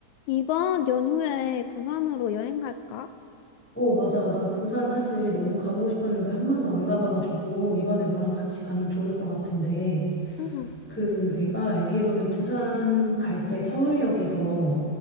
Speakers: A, on the left; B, in the centre.
A: 이번 연휴에 부산으로 여행 갈까?
B: 어, 맞아. 나 부산 사실 너무 가보고 싶었는데 한 번도 안 가봐가지고 이번에 너랑 같이 가면 좋을 것 같은데
A: 응
B: 그 내가 알기로는 부산 갈 때 서울역에서